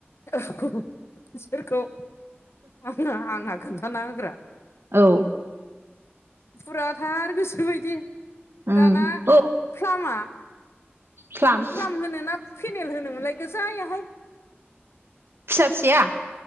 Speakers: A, on the left; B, on the right.
A: औ बिसोरखौ आंहा आंहा खोन्थाना होग्रा
B: औ
A: फुराथार गोसो बायदि
B: उम
A: दाना
B: औ
A: फ्लामा
B: फ्लाम
A: फ्लाम होनो ना पेनेल होनोमोनलाय गोजायाहाय
B: फिसा फिसाया